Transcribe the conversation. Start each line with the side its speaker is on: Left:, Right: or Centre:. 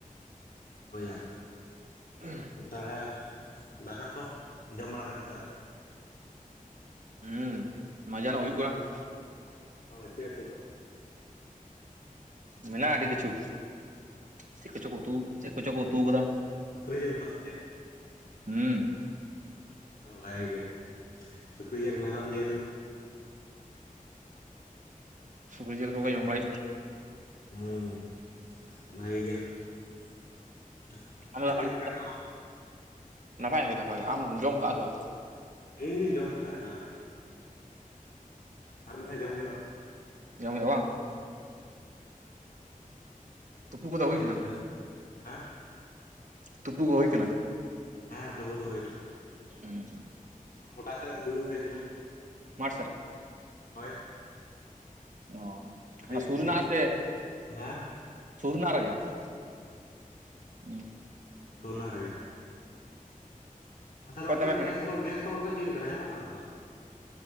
Left: ᱳᱭᱟ
Right: <unintelligible>
Left: ᱛᱟᱦᱞᱮ <inaudible> ᱫᱟᱠᱟ ᱠᱚ ᱡᱚᱢ ᱵᱟᱲᱟ ᱦᱳᱭ ᱮᱱᱟ ᱥᱮ ᱟᱹᱣᱨᱤ?
Right: ᱦᱚᱸᱻ ᱢᱟᱡᱟᱱᱚᱜ ᱦᱩᱭᱩᱜ ᱠᱟᱱᱟ ᱾
Left: <unintelligible> ᱪᱮᱜ ᱩᱛᱩ ᱫᱚ?
Right: ᱢᱮᱱᱟᱜ-ᱟ ᱟᱹᱰᱤ ᱠᱤᱪᱷᱩ, ᱪᱮᱫ ᱠᱚᱪᱚ ᱠᱚ ᱩᱛ ᱛᱩ ᱪᱮᱜ ᱠᱚᱪᱚ ᱠᱚ ᱩᱛᱩ ᱟᱠᱟᱫᱟ ᱾
Left: ᱥᱩᱠᱨᱤ ᱡᱮᱞ ᱠᱚ ᱥᱮ ᱪᱮᱫ?
Right: ᱦᱚᱸᱻ
Left: ᱳ ᱵᱷᱟᱜᱮ ᱜᱮ, ᱥᱩᱠᱨᱤ ᱡᱮᱞ ᱢᱮᱨᱚᱢ ᱡᱮᱞ
Right: ᱥᱩᱠᱨᱤ ᱡᱤᱞ
Left: ᱵᱷᱟᱜᱮ
Right: ᱠᱚᱜᱮ ᱡᱚᱢ
Left: ᱜᱮ
Right: ᱵᱟᱲᱟᱭ
Left: ᱾ ᱦᱩᱸ, ᱵᱷᱟᱜᱮ ᱜᱮ ᱾ ᱛᱟᱦᱞᱮ
Right: ᱦᱩᱭᱩᱜ
Left: ᱪᱮᱫ
Right: ᱟᱢ
Left: ᱞᱮᱠᱟ ᱢᱮᱱᱟᱢᱟ?
Right: ᱱᱟᱯᱟᱭ ᱜᱮ ᱱᱟᱯᱟᱭ ᱜᱮ, ᱟᱢ ᱮᱢ ᱡᱚᱢ ᱟᱠᱟᱜᱼᱟ ᱥᱮ ᱵᱟᱝ?
Left: ᱤᱧ ᱫᱩᱧ ᱡᱚᱢ ᱟᱠᱟᱫᱟ ᱮᱱᱟᱝ ᱨᱮ ᱾ ᱟᱨ ᱢᱤᱫ ᱫᱷᱟᱣ ᱡᱚᱢ ᱦᱳᱭᱳᱜᱼᱟ ᱾ <inaudible>
Right: ᱡᱚᱢᱮᱜᱼᱟ ᱵᱟᱝ ᱛᱩᱯᱩ ᱠᱚᱫᱚ
Left: ᱢᱤᱜ
Right: ᱦᱩᱭ
Left: ᱜᱷᱟᱹᱲᱤ
Right: ᱠᱟᱱᱟ
Left: ᱯᱚᱨᱮ ᱾ᱦᱮᱸ ᱾
Right: ᱛᱩᱯᱩ ᱠᱚ ᱦᱩᱭ ᱟᱠᱟᱱᱟ?
Left: ᱦᱮᱸ ᱛᱳᱯᱳ ᱫᱚ ᱦᱳᱭ ᱮᱱᱟ ᱾
Right: ᱦᱮᱸᱻ
Left: ᱜᱚᱰᱟ ᱥᱮᱜ ᱨᱮ ᱫᱩᱲᱩᱵ ᱦᱳᱭ ᱟᱠᱟᱱᱟ ᱾
Right: ᱢᱟᱴᱷ ᱥᱮᱫ ᱨᱮ
Left: ᱦᱳᱭ ᱾
Right: ᱚ ᱾
Left: ᱠᱟᱹᱴᱤᱡ
Right: ᱚᱱᱟ ᱥᱩᱨ ᱨᱮᱱᱟᱜ
Left: ᱜᱤᱛᱤᱡ
Right: ᱥᱮ
Left: ᱦᱮᱸ
Right: ᱥᱩᱨ ᱨᱮᱱᱟᱜ ᱨᱮᱜᱮ ᱾ ᱚᱸᱻ
Left: ᱥᱳᱨ ᱨᱮᱱᱟᱜ ᱨᱮᱜᱮ ᱾ ᱟᱨ ᱛᱟᱦᱞᱮ
Right: ᱚᱠᱚᱭ
Left: ᱚᱱᱛᱮᱱᱟᱜ
Right: ᱛᱟᱵᱮᱱ ᱢᱮᱱᱟᱜ
Left: ᱜᱮᱥ ᱠᱚ ᱜᱮᱥ ᱠᱷᱚᱵᱚᱨ ᱠᱚ ᱪᱤᱠᱟᱹᱜ ᱠᱟᱱᱟ ᱧᱟᱢᱚᱜ ᱠᱟᱱᱟ ᱥᱮ ᱵᱟᱝ?